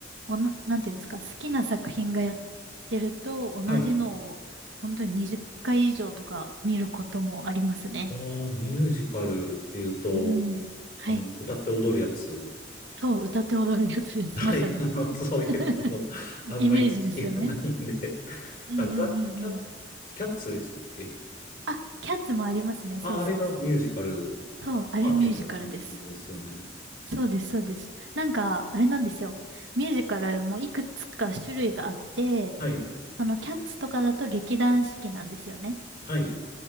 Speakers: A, on the right; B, on the left.
A: おな、なんていうんですか、好きな作品がやってると、
B: はい。
A: 同じのを本当に20回以上とか見ることもありますね。
B: ああ、ミュージカルっていうと、
A: うん。はい。
B: あの、歌って踊るやつ。
A: そう、歌って踊るやつです。
B: はい、
A: まさに。
B: <laughs> あの、そういう、
A: <laughs>
B: あの、あんまり知識がないんで。
A: イメージですよね。うんうんうんうん。
B: あザ・キャッ、キャッツでしたっけ
A: あ、キャッツもありますね。
B: あ、
A: そうそうそう。
B: あれがミュージカル、
A: そう、あれミュージカルです。
B: ああいうふうなものですよね。
A: そうです、そうです。なんか、あれなんですよ。ミュージカルもいくつか種類があって、
B: はい、
A: そのキャッツとかだと劇団四季なんですよね。
B: はい、